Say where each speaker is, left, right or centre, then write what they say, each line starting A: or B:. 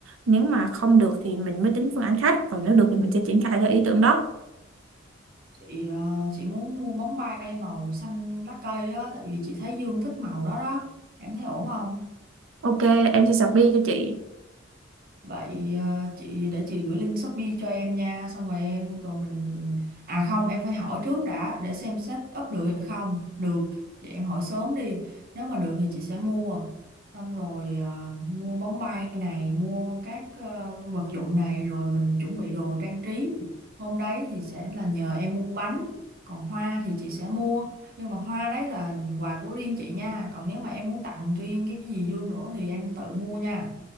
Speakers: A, on the right (about 80°); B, on the right (about 50°).
A: nếu mà không được thì mình mới tính phương án khác còn nếu được thì mình sẽ triển khai theo ý tưởng đó
B: chị ờ, chị muốn mua bóng bay màu xanh lá cây á tại vì chị thấy Dương thích màu đó đó em thấy ổn không
A: ok em sẽ submit cho chị
B: Vậy ờ, chị để chị gửi link Shopee cho em nha, xong rồi em rồi mình à không, em phải hỏi trước đã để xem set up được hay không. Được, chị em hỏi sớm đi. Nếu mà được thì chị sẽ mua. Xong rồi ờ, mua bóng bay này, mua các ờ, vật dụng này rồi mình chuẩn bị đồ trang trí. Hôm đấy thì sẽ là nhờ em mua bánh, còn hoa thì chị sẽ mua. Nhưng mà hoa đấy là quà của riêng chị nha, còn nếu mà em muốn tặng riêng cái gì Dương nữa thì em tự mua nha